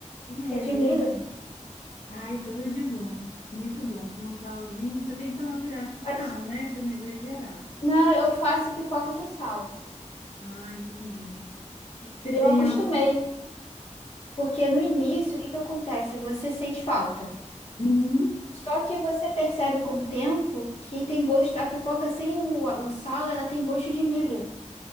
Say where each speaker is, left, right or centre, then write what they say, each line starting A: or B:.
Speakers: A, on the left (about 80°); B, on the left (about 55°).
A: né?
B: que é de
A: É verdade.
B: milho.
A: Ai, tudo de bom. Muito bom. Com um salzinho. Só tem que tomar cuidado com o sal,
B: Mas,
A: né? Pra não exagerar.
B: não, eu faço pipoca sem sal.
A: Ah, entendi. Você
B: Eu
A: tem.
B: acostumei,
A: al-
B: porque no início, o que que acontece? Você sente falta.
A: Uhum,
B: Só que você percebe com o tempo que tem gosto, a pipoca sem o, o sal, ela tem gosto de milho.